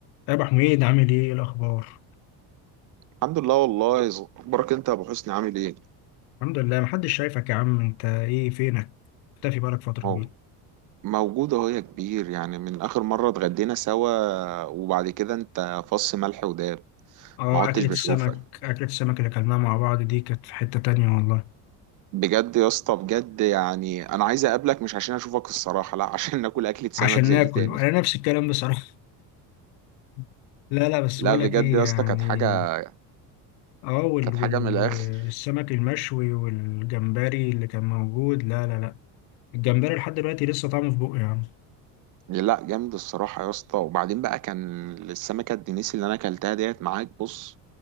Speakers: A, on the left; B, on the right.
A: يا ابو حميد عامل ايه إيه الاخبار
B: الحمد لله والله ز- اخبارك انت يا ابو حسني عامل ايه
A: الحمد لله محدش شايفك يا عم انت ايه فينك مختفي بقالك فتره
B: اهو
A: كبيره
B: موجود اهو يا كبير يعني من اخر مره اتغدينا سوا وبعد كده انت فص ملح وداب
A: اه
B: ما عدتش
A: اكله
B: بشوفك
A: السمك اكله السمك اللي اكلناها مع بعض دي كانت في حته تانية والله
B: بجد يا اسطى بجد يعني انا عايز اقابلك مش عشان اشوفك الصراحه لا عشان ناكل اكله سمك
A: عشان
B: زي
A: ناكل
B: دي تاني
A: انا نفس الكلام بصراحه <laughs> لا لا بس
B: لا
A: بقول
B: بجد
A: لك ايه
B: يا
A: يعني
B: اسطى كانت حاجه
A: اه وال
B: كانت
A: وال
B: حاجه من الاخر
A: السمك المشوي والجمبري اللي كان موجود لا لا لا الجمبري لحد دلوقتي لسه طعمه في بقي يا عم
B: لا جامد الصراحة يا اسطى وبعدين بقى كان السمكة الدنيسي اللي انا اكلتها ديت معاك بص